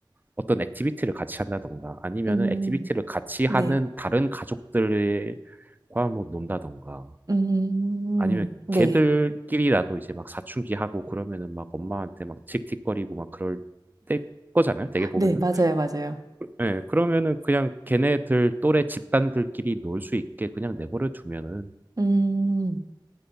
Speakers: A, on the right; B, on the right.
A: 어떤 액티비티를 같이 한다던가, 아니면은
B: 음,
A: 액티비티를 같이
B: 네.
A: 하는 다른 가족들과 뭐 논다던가,
B: 음,
A: 아니면
B: 네.
A: 걔들끼리라도 이제 막 사춘기 하고 그러면은 막 엄마한테 막 틱틱거리고 막 그럴 때 거잖아요. 되게 보면은.
B: 네, 맞아요, 맞아요.
A: 예, 그러면은 그냥 걔네들 또래 집단들끼리 놀 수 있게 그냥 내버려 두면은,
B: 음,